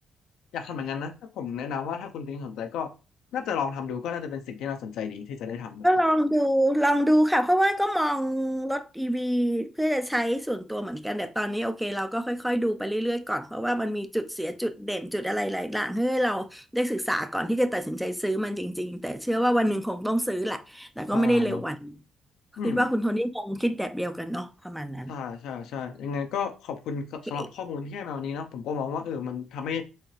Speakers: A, on the left; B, in the centre.
A: อยากทำอย่างนั้นนะถ้าผมแนะนำว่าถ้าคุณพิงค์สนใจก็น่าจะลองทำดูก็น่าจะเป็นสิ่งที่น่าสนใจดีที่จะได้ทำนะครับ
B: ก็ลองดูลองดูค่ะเพราะว่าก็มองรถอีวีเพื่อจะใช้ส่วนตัวเหมือนกันแต่ตอนนี้โอเคเราก็ค่อยๆดูไปเรื่อยๆก่อนเพราะว่ามันมีจุดเสียจุดเด่นจุดอะไรหลายอย่างให้เราได้ศึกษาก่อนที่จะตัดสินใจซื้อมันจริงๆแต่เชื่อว่าวันหนึ่งคงต้องซื้อแหละแต่ก็ไม่ได้เร็ววันนี้
A: ใช่เนาะอืม
B: คิดว่าคุณโทนี่คงคิดแบบเดียวกันเนาะประมาณนั้น
A: ใช่ใช่ใช่ยังไงก็ขอบคุณสำหรับข้อมูลที่ให้มาวันนี้เนาะผมก็มองว่าเออมันทำให้
B: โอเค